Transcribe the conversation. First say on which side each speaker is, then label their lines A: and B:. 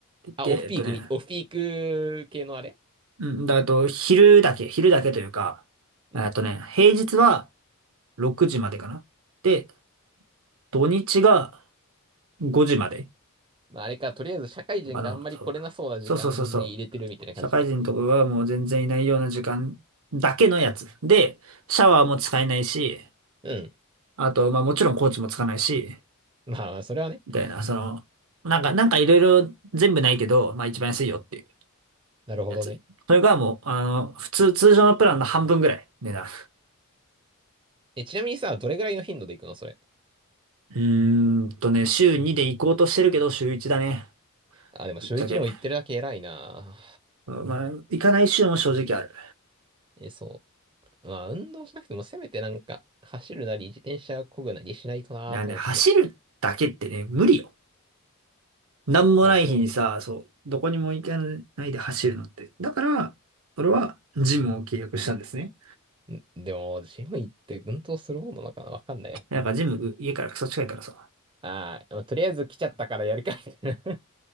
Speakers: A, on the right; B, on the right.
A: 言って、
B: あ、オフピークみ、
A: えっとね、
B: オフピーク系のあれ
A: うん、だあと、昼だけ、昼だけというか、
B: うん
A: あとね、平日は6時までかな。で、土日が5時まで。
B: まあ、あれか、とりあえず社会人があんまり来れなそうな時間に入れてるみたいな感じか。
A: あの、そう。そうそうそうそう。社会人とかがもう全然いないような時間だけのやつ。で、シャワーも使えないし、
B: うん。
A: あと、まあもちろんコーチもつかないし、
B: まあまあ、それはね。
A: みたいな、その、なんか、なんかいろいろ全部ないけど、まあ一番安いよっていう
B: なるほどね。
A: やつ。それがもう、あの、普通、通常のプランの半分ぐらい、値段。
B: え、ちなみにさ、どれぐらいの頻度で行くのそれ。
A: うーんとね、週2で行こうとしてるけど、週1だね。
B: あ、でも週一でも行ってるだけ偉いな。
A: ぶっちゃけ。まあ、行かない週も正直ある。
B: え、そう。まあ、運動しなくてもせめてなんか、走るなり自転車漕ぐなりしないとなと思って。
A: いやね、走るだけってね、無理よ。なんもない日にさ、
B: まあそ
A: そう、どこにも行かないで走るのって。だから、俺はジムを契約したんですね。
B: う。んでも、ジム行って運動するもんなのかなわかんないや。
A: なんかジム、家からクソ近いからさ。
B: ああ、とりあえず来ちゃったからやるかみたいな。